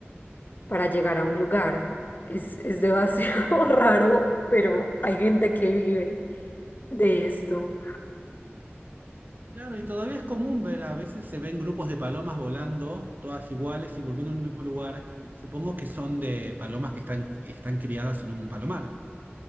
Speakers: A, on the left; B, on the right.
A: para llegar a un lugar. Es, es demasiado <laughs> raro, pero hay gente que vive de esto.
B: Claro, y todavía es común ver, a veces se ven grupos de palomas volando, todas iguales y volviendo al mismo lugar. Supongo que son de palomas que están, que están criadas en un palomar.